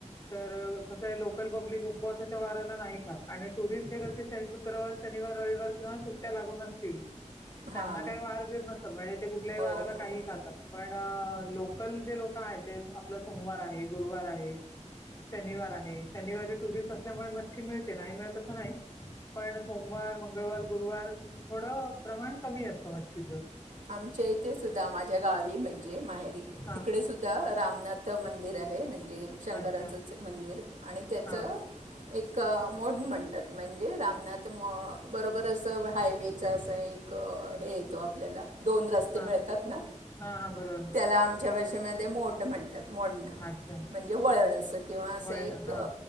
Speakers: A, on the left (about 25°); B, on the right (about 90°).
A: तर कसं आहे लोकल पब्लिक उपवासाच्या वाराला नाही खात आणि टुरिस्ट हे कसे शुक्रवार शनिवार, रविवार किंवा सुट्ट्या लागून असतील
B: हां
A: त्यांना काही वार बिर नसतात म्हणजे ते कुठल्याही
B: हो
A: वाराला
B: हो
A: काही खातात. पण लोकल जे लोक आहेत ते आपलं सोमवार आहे गुरुवार आहे. शनिवार आहे शनिवारी टुरिस्ट असल्यामुळे मच्छी मिळते नाही मिळत असं नाही पण सोमवार, मंगळवार, गुरुवार थोडं प्रमाण कमी असतं मच्छीचं.
B: आमच्या इथे सुद्धा माझ्या गावी म्हणजे माहेरी
A: हा
B: तिकडे सुद्धा काय रामनाथ मंदिर आहे म्हणजेच शंकराचंच
A: अच्छा
B: मंदिर आणि त्याचं
A: हा
B: एक मोड म्हणतात म्हणजे रामनाथ मो-बरोबर असं हायवेचं असं एक एक हे येतो आपल्याला दोन रस्ते
A: हा
B: मिळतात ना
A: हा हा बरोबर
B: त्याला आमच्या भाषेमध्ये मोड म्हणतात. त्यात मोंड
A: अच्छा
B: म्हणजे वळण असं किंवा असं
A: वळण
B: एक
A: हा